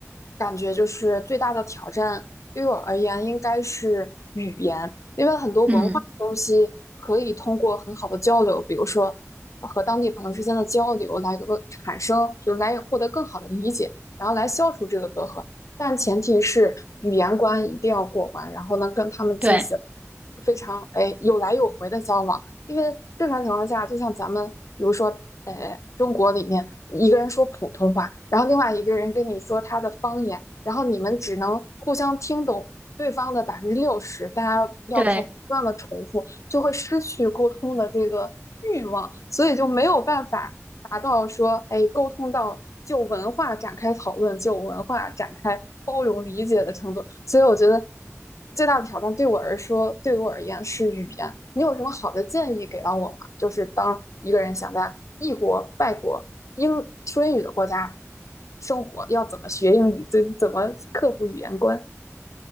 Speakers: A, on the left; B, on the right.
A: 感觉就是最大的挑战，对于我而言应该是语言，因为很多文化的东西可以通过很好的交流，
B: 嗯，
A: 比如说和当地朋友之间的交流来个产生，就是来获得更好的理解。然后来消除这个隔阂。但前提是语言关一定要过关，然后呢跟他们进行
B: 对
A: 非常哎有来有回的交往，因为正常情况下，就像咱们比如说呃中国里面一个人说普通话，然后另外一个人跟你说他的方言，然后你们只能互相听懂对方的百分之六十，大家要靠不断的重复，
B: 对。
A: 就会失去沟通的这个欲望，所以就没有办法达到说，哎，沟通到就文化展开讨论，就文化展开包容理解的程度。所以我觉得最大的挑战对我而说，对我而言是语言。你有什么好的建议给到我吗？就是当一个人想在异国、外国、英说英语的国家生活，要怎么学英语，怎怎么克服语言关？